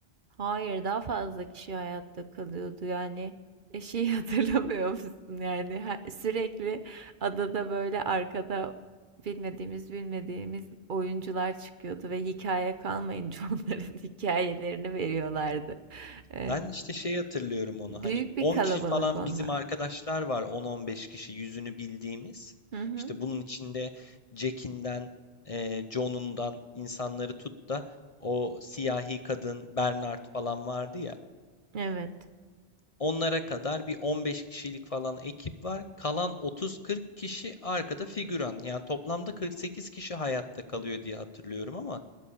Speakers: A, on the right (about 55°); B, on the left (about 40°).
A: Hayır daha fazla kişi hayatta kalıyordu yani e, şey <laughs> hatırlamıyor musun yani Her- sürekli adada böyle arkada bilmediğimiz bilmediğimiz oyuncular çıkıyordu ve hikaye kalmayınca <laughs> onların hikayelerini veriyorlardı. Ee,
B: Ben işte şey hatırlıyorum onu
A: büyük
B: hani
A: bir
B: 10
A: kalabalık
B: kişi falan
A: onlar.
B: bizim arkadaşlar var 10-15 kişi yüzünü bildiğimiz.
A: Hı hı.
B: İşte bunun içinde Jack'inden, eee John'undan insanları tut da o siyahi kadın Bernard falan vardı ya.
A: Evet.
B: Onlara kadar bir 15 kişilik falan ekip var. Kalan 30-40 kişi arkada figüran. Yani toplamda 48 kişi hayatta kalıyor diye hatırlıyorum ama